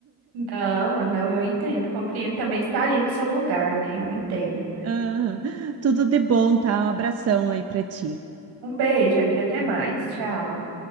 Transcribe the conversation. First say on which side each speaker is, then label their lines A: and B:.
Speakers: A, on the right; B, on the right.
A: Não, não, eu entendo. Compreendo. Também estaria no seu lugar, né? Eu entendo.
B: Ah, tudo de bom, tá? Um abração aí pra ti.
A: Um beijo, amiga. Até mais. Tchau.